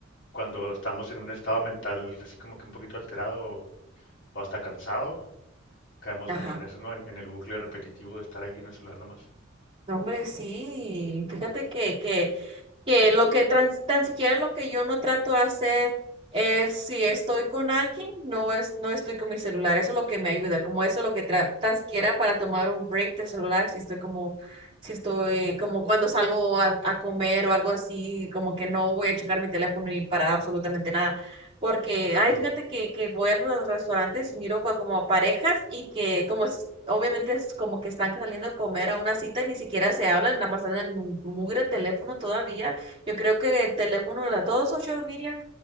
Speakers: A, on the left; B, on the right.
A: cuando estamos en un estado mental así como que un poquito alterado o hasta cansado, caemos
B: Ajá.
A: mucho en eso, ¿no? En, en el bucle repetitivo de estar ahí en el celular nomás.
B: No, hombre, sí. Fíjate que, que que lo que trans- tan siquiera lo que yo no trato de hacer es si estoy con alguien, no es, no estoy con mi celular. Eso es lo que me ayuda, como eso es lo que tra- tan siquiera para tomar un break del celular, si estoy como, si estoy como cuando salgo a, a comer o algo así, como que no voy a checar mi teléfono ni para absolutamente nada. Porque, ay,
A: Ujú.
B: fíjate que, que voy a los restaurantes y miro co- como parejas y que como es- obviamente es como que están saliendo a comer a una cita y ni siquiera se hablan, nada más están en el mugre teléfono todavía. Yo creo que el teléfono de las dos social media